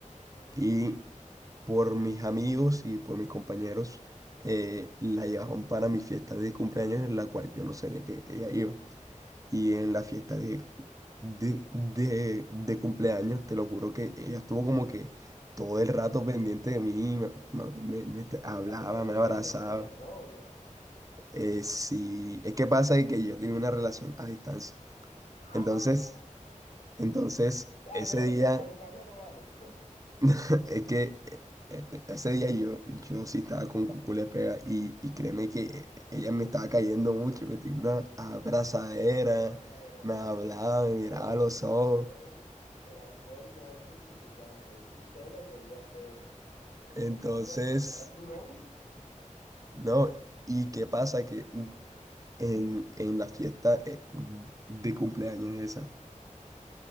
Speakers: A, on the left; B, on the right.
A: Ujú.
B: Y por mis amigos y por mis compañeros eh, la llevaron para mi fiesta de cumpleaños en la cual yo no sabía que ella iba. Y en la fiesta de, de, de, de cumpleaños, te lo juro que ella estuvo como que todo el rato pendiente de mí, me, me- me- me te-
A: Pero
B: hablaba,
A: en la fiesta de cumpleaños
B: me abrazaba.
A: tú tenías novia.
B: Eh, sí, es que pasa que yo tenía una relación a distancia.
A: Ah,
B: Entonces, entonces
A: Ah,
B: ese
A: no,
B: día,
A: o sea, a
B: <clears throat>
A: distancia no vale. <laughs>
B: <laughs> es que eh, eh, eh, ese día yo, yo sí estaba con cucú pega y, y créeme que eh, ella me estaba cayendo mucho, me tenía una
A: Ey, ey,
B: abrazadera,
A: ey. No, no, no,
B: me
A: pero
B: hablaba,
A: el alcohol,
B: me miraba a los
A: el
B: ojos.
A: alcohol, el alcohol no es justificante. Eso usted lo quería hacer. Y lo
B: Entonces,
A: quería hacer porque ahora es tu novia.
B: no, ¿y qué pasa? Que en, en la fiesta eh, de cumpleaños esa,